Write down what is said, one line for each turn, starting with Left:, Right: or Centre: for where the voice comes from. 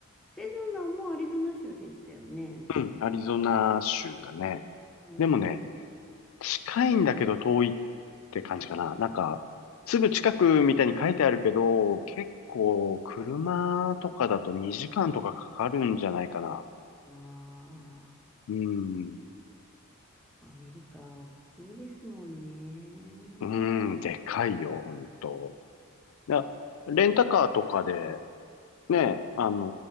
Centre: セドナもアリゾナ州でしたよね。
Left: うん、
Centre: 確か。
Left: アリゾナ州だね。
Centre: うん。
Left: でもね、
Centre: はい。
Left: 近いんだけど遠いって感じかな。なんか、すぐ近くみたいに書いてあるけど、結構車とかだと2時間とかかかるんじゃないかな。
Centre: あま
Left: うん。
Centre: あ、アメリカ大きいですもんね。
Left: うん、でかいよ、ほんと。だレンタカーとかで、ね、あの、